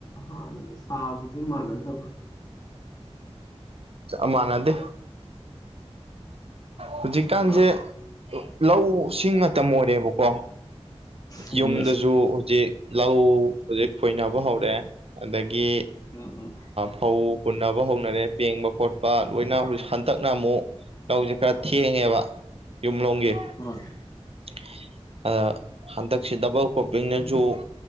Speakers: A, on the left; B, on the right.
A: ꯍ ꯐꯕꯗꯨ ꯃꯅꯗꯣ
B: ꯑꯃꯅꯗꯦ ꯍꯧꯖꯤꯛꯀꯥꯟꯁꯦ
A: ꯍꯥ
B: ꯂꯧꯁꯤꯡ ꯃꯇꯝ ꯑꯣꯏꯔꯦꯕꯀꯣ
A: ꯍꯣꯏ
B: ꯌꯨꯝꯗꯁꯨ ꯍꯧꯖꯤꯛ ꯂꯧ ꯍꯧꯖꯤꯛ ꯈꯣꯏꯅꯕ ꯍꯧꯔꯑꯦ ꯑꯗꯒꯤ
A: ꯎꯝ ꯎꯝ
B: ꯐꯧ ꯍꯨꯟꯅꯕ ꯍꯧꯅꯔꯦ ꯄꯦꯡꯕ ꯈꯣꯠꯄ ꯂꯣꯏꯅ ꯍꯧ ꯍꯟꯗꯛꯅ ꯑꯃꯨꯛ ꯂꯧꯁꯦ ꯈꯔ ꯊꯦꯡꯉꯦꯕ ꯌꯨꯝ <unintelligible>
A: ꯍꯣꯏ
B: ꯑ ꯍꯟꯗꯛ ꯗꯕꯜ ꯀ꯭ꯔꯣꯄꯤꯡꯅꯁꯨ